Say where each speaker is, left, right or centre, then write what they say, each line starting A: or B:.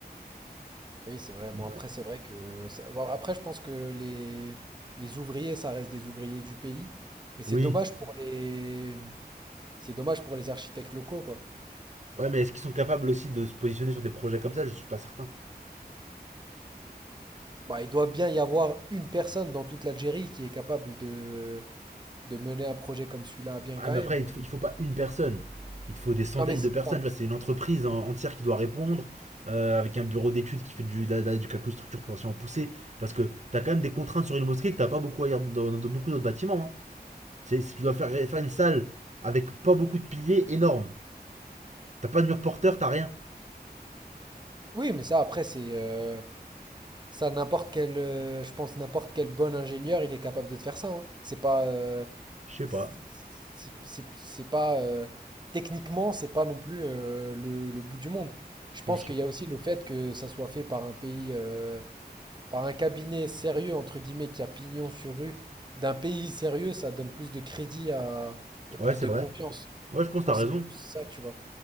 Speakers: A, on the right; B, on the right.
A: Oui, c'est vrai.
B: Mais
A: Bon,
B: ouais.
A: après, c'est vrai que, c'est- bon, après, je pense que les, les ouvriers, ça reste des ouvriers du pays. Mais c'est
B: Oui.
A: dommage pour les, c'est dommage pour les architectes locaux, quoi.
B: Ouais, mais est-ce qu'ils sont capables aussi de se positionner sur des projets comme ça Je suis pas certain.
A: Bah, il doit bien y avoir une personne dans toute l'Algérie qui est capable de, de mener un projet comme celui-là bien
B: Ah,
A: quand
B: mais
A: même.
B: après, il te faut, il faut pas une personne. Il te faut des centaines
A: Non mais c'est
B: de personnes.
A: pas-
B: Tu vois, c'est une entreprise en- entière qui doit répondre, euh, avec un bureau d'études qui fait du, de la- du calcul structure potentiellement poussée. Parce que t'as quand même des contraintes sur une mosquée que t'as pas beaucoup ailleurs dans, dans beaucoup d'autres bâtiments. hein. C'est, tu dois faire, faire une salle avec pas beaucoup de piliers énorme. T'as pas de mur porteur, t'as rien.
A: Oui, mais ça après c'est euh, ça n'importe quel euh, je pense n'importe quel bon ingénieur, il est capable de te faire ça. hein. C'est pas euh,
B: Je sais
A: c'est
B: pas.
A: c'est- c'est- c'est pas euh, techniquement, c'est pas non plus euh, le, le bout du monde. Je
B: Franchement,
A: pense
B: je
A: qu'il
B: sais pas.
A: y a aussi le fait que ça soit fait par un pays euh, Par un cabinet sérieux, entre guillemets, qui a pignon sur rue, d'un pays sérieux, ça donne plus de crédit à... et
B: Ouais,
A: plus
B: c'est
A: de
B: vrai.
A: confiance.
B: Ouais, je pense
A: Je pense
B: que t'as raison.
A: que c'est plus ça, tu vois.